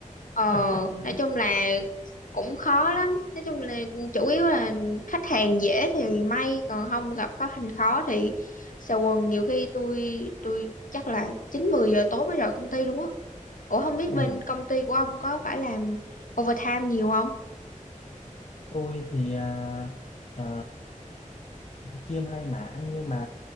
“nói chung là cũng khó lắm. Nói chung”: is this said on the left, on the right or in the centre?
Left